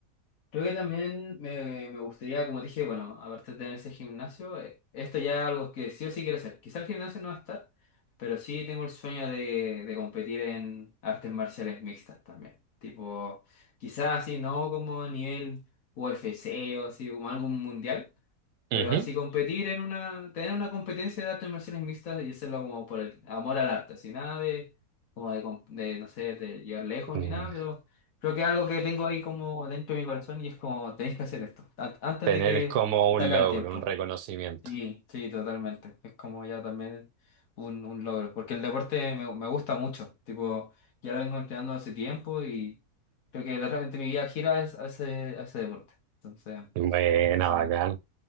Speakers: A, on the left; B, on the right.
A: Creo que también me, me gustaría, como dije, bueno, aparte de tener ese gimnasio, eh, esto ya es algo que sí o sí quiero hacer. Quizá el gimnasio no va a estar, pero sí tengo el sueño de, de competir en artes marciales mixtas también. Tipo, quizás así, no como a nivel UFC o así, como algo mundial,
B: Ujú.
A: pero así competir en una, tener una competencia de artes marciales mixtas y hacerlo como por el amor al arte, así nada de, como de, com- de, no sé, de llegar lejos
B: Mm,
A: ni nada, pero creo que es algo que tengo ahí como dentro de mi corazón y es como, tenéis que hacer esto, an- antes
B: Tener
A: de que
B: como un
A: se acabe
B: logro,
A: el tiempo.
B: un reconocimiento.
A: Sí, sí, totalmente. Es como ya también un, un logro, porque el deporte me, me gusta mucho, tipo, ya lo vengo entrenando hace tiempo y creo que realmente mi vida gira es- hacia, hacia deporte, entonces,
B: Buena,
A: hace
B: bacán.